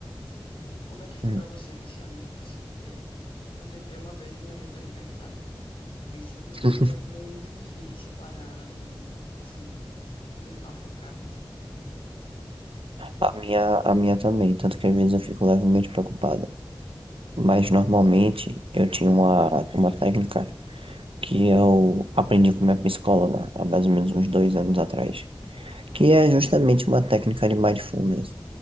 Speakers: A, on the left; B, on the right.
A: como é que foi
B: Hum.
A: pra você iniciar a meditação? Porque eu tentei uma vez e minha mente é muito agitada. Aí simplesmente
B: <laughs>
A: é muito difícil parar e, assim, tentar focar nisso.
B: A minha, a minha também, tanto que às vezes eu fico levemente preocupado. Mas normalmente eu tinha uma, uma técnica que eu aprendi com minha psicóloga há mais ou menos uns dois anos atrás, que é justamente uma técnica de mindfulness,